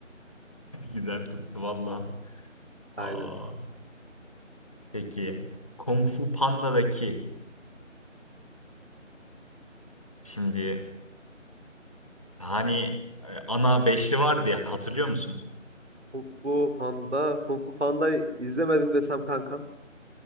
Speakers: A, on the left; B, on the right.
A: Güzel tuttu valla.
B: Aynen.
A: Aa, Peki Kung Fu Panda'daki şimdi hani e, ana beşli vardı ya hatırlıyor musun?
B: Kung Fu Panda. Kung Fu Panda'yı izlemedim desem kankam.